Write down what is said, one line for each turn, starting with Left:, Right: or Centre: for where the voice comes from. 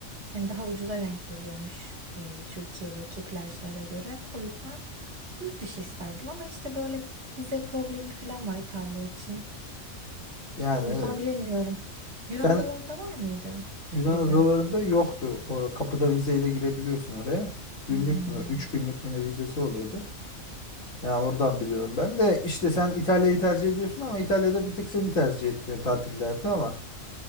Right: hani daha ucuza denk geliyormuş e, Türkiye'deki plajlara göre. O yüzden yurt dışı isterdim ama işte böyle vize problemi falan var İtalya için.
Left: Yani
Right: O yüzden
Left: evet.
Right: bilemiyorum. Yunan
Left: Sen
Right: adalarında var mıydı
Left: Yunan
Right: vize?
Left: adalarında yoktu. O kapıda vizeyle girebiliyorsun oraya. Günlük
Right: Hmm,
Left: mü, üç günlük mü ne vizesi oluyordu? Ya oradan biliyorum ben de işte sen İtalya'yı tercih ediyorsun ama İtalya'da bir tık seni tercih etmiyor tatillerde ama.